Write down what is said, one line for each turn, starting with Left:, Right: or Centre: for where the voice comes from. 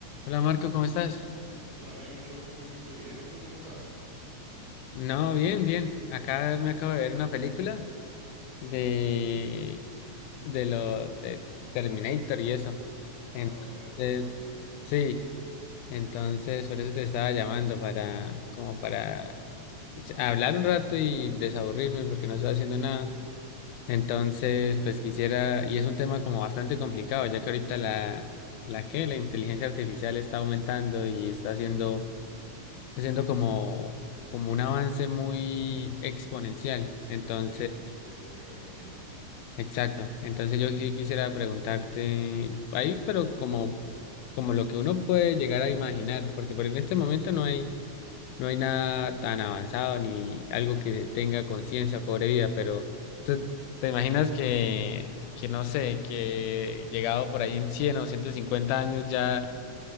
Left: Hola Marco, ¿cómo estás?
Right: Hola Daniel, mucho gusto, un gusto, bien. ¿Y tú cómo estás?
Left: No, bien, bien. Acá me acabo de ver una película de, de lo de Terminator y eso.
Right: Ah,
Left: Entonces,
Right: sí, robots.
Left: sí, entonces por eso te estaba llamando para como para hablar un rato y desaburrirme porque no estoy haciendo nada. Entonces, pues quisiera, y es un tema como bastante complicado, ya que ahorita la la que la inteligencia artificial está aumentando y está haciendo Lo siento como, como un avance muy exponencial. Entonces,
Right: Sí, mu- sí, muy repentino.
Left: exacto. Entonces yo sí quisiera preguntarte ahí, pero como, como lo que uno puede llegar a imaginar, porque por en este momento no hay, no hay nada tan avanzado ni algo que tenga conciencia o cobre vida, pero tú te imaginas que, que no sé, que llegado por ahí en 100 o 150 años ya